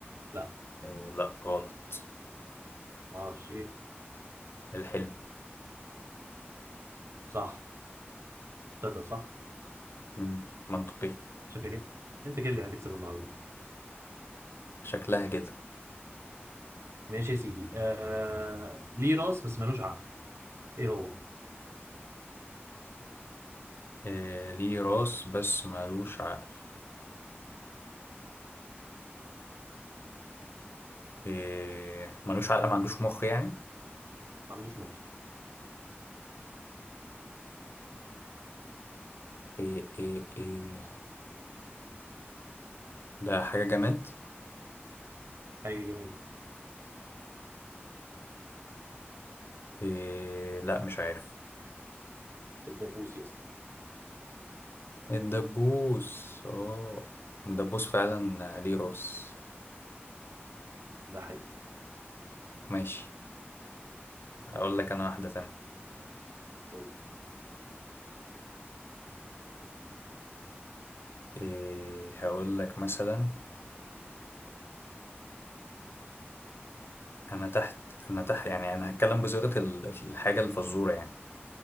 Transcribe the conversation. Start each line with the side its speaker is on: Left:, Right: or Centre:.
Right: لا
Left: إيه لا غلط
Right: ما اعرفش ايه
Left: الحلم
Right: صح تقدر صح
Left: مم. منطقي
Right: شايف يا كده انت كده اللي هتكسب النهارده
Left: شكلها كده
Right: ماشي يا سيدي آه... ليه راس بس ملوش عقل ايه هو
Left: إيه ليه راس بس ملوش عقل إيه ملوش عقل ما عندوش مخ يعني
Right: ما عندوش مخ
Left: إيه إيه إيه ده حاجة جماد
Right: حاجه جميله
Left: إيه لا مش عارف
Right: الدبوس يا اسطى
Left: الدبوس اه الدبوس فعلا ليه راس
Right: ده حقيقي
Left: ماشي هقول لك انا واحدة تانية
Right: قول لي
Left: إيه هقول لك مثلا انا تحت انا تحت يعني انا هتكلم بصيغة ال- الحاجة الفزورة يعني